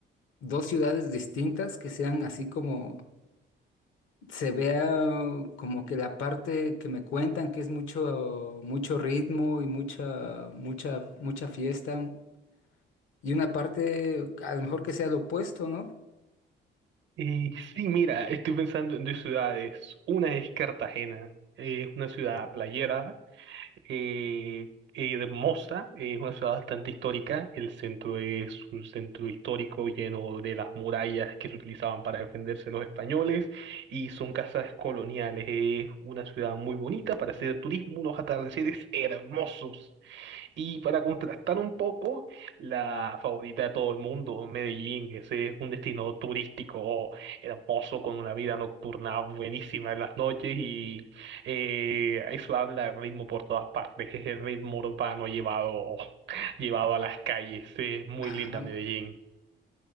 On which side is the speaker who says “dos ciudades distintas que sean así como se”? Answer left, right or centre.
Left